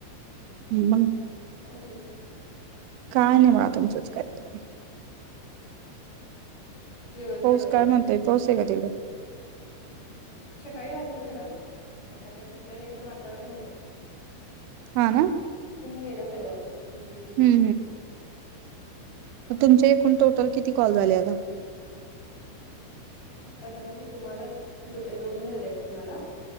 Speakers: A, on the right; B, on the left.
A: हम् मग
B: अजून
A: काय नाही बघा तुमचंच काय <inaudible> तुम्ही
B: निवांत
A: पाऊस
B: आहे बघा
A: काय म्हणतोय पाऊस आहे का तिकडं?
B: सकाळी आलता जरा आता काय सध्या नाही पण वातावरण आहे
A: हा ना
B: ऊन‌ गेल सगळं हम्म
A: ह् ह् तुमचे एकूण टोटल किती कॉल झाले आता
B: आता बघा की तुम्हालाच द <inaudible> दोन झालेत तुम्हाला